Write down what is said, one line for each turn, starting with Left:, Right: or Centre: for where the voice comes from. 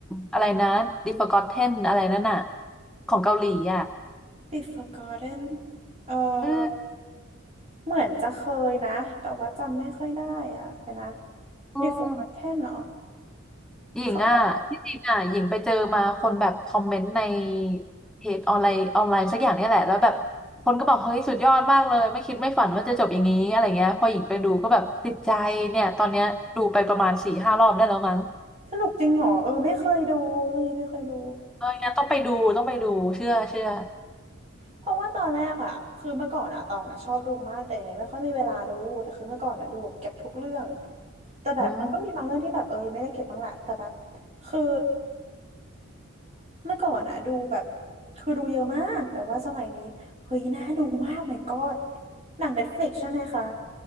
Centre: อะไรนะ The Forgotten อะไรนั่นน่ะของเกาหลีอ่ะ
Right: b e Forgotten เออ
Centre: อืม
Right: เหมือนจะเคยนะแต่ว่าจำไม่ค่อยได้อะแต่นะ
Centre: อืม
Right: The Forgotten เนาะ
Centre: หญิงอ่ะที่จริงอ่ะหญิงไปเจอมาคนแบบคอมเมนต์ใน
Right: เขาบอก
Centre: เพจออนไลน์ออนไลน์สักอย่างเนี่ยแหละแล้วแบบคนก็บอกเฮ้ยสุดยอดมากเลยไม่คิดไม่ฝันว่าจะจบอย่างนี้อะไรเงี้ยพอหญิงไปดูก็แบบติดใจเนี่ยตอนเนี้ยดูไปประมาณสี่ห้ารอบได้แล้วมั้ง
Right: สนุกจริงเหรอเออไม่เคยดูเรื่องนี้ไม่เคยดู
Centre: เอองั้นต้องไปดูต้องไปดูเชื่อเชื่อ
Right: เพราะว่าตอนแรกอะคือเมื่อก่อนอะตองอะชอบดูมากแต่เนี้ยไม่ค่อยมีเวลาดูแต่คือเมื่อก่อนอะดูแบบเก็บทุกเรื่องแต่แบบมันก็มีบางเรื่องที่แบบเออยังไม่ได้เก็บบ้างแหละแต่แบบ
Centre: อืม
Right: คือเมื่อก่อนอะดูแบบคือดูเยอะมากแต่ว่าสมัยนี้เฮ้ยน่าดูมาก my god หนัง Netflix ใช่ไหมคะ